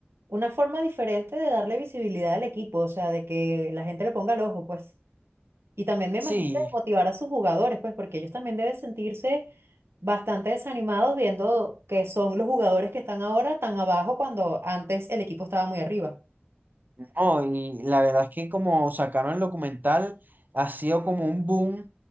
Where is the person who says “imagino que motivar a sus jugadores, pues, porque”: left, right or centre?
Right